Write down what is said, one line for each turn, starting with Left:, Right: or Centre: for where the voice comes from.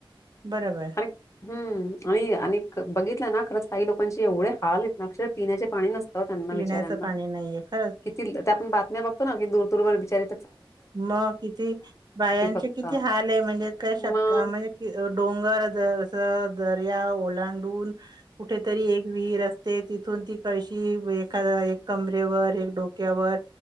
Right: बरोबर
Left: अरे हम्म आणि आणि बघितला ना खरं काही लोकांचे एवढे हाल आहेत ना अक्षर पिण्याचे पा नना
Right: पिण्याचं पाणी
Left: ब
Right: नाहीये खरंच
Left: कि आपण बातम्या बघतो ना दूरू बचारी
Right: मग किती बायांचे
Left: फक्त
Right: किती हाल आहे म्हणजे काय
Left: मग
Right: शक्य म्हणजे डोंगर दर्या ओलांडून कुठेतरी एक विर ते तिथून ती कळशी एखादा एक कमरेवर एक डोक्यावर